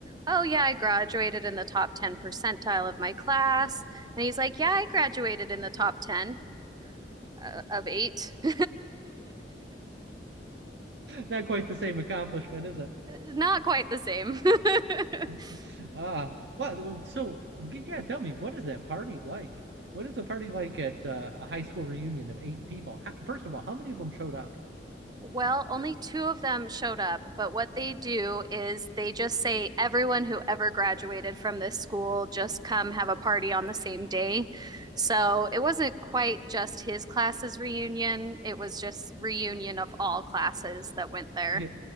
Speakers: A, on the right; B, on the right.
A: "Oh yeah, I graduated in the top 10 percentile of my class." And he's like, "Yeah, I graduated in the top 10." uh, of eight. <laughs>
B: Not quite the same accomplishment, is it?
A: Not quite the same. <laughs>
B: <laughs> Ah, well, so yeah, tell me, what is that party like? What is a party like at uh, a high school reunion of eight people? How, first of all, how many of them showed up?
A: Well, only two of them showed up, but what they do is they just say everyone who ever graduated from this school just come have a party on the same day. So it wasn't quite just his class's reunion, it was just reunion of all classes that went there.
B: Yeah,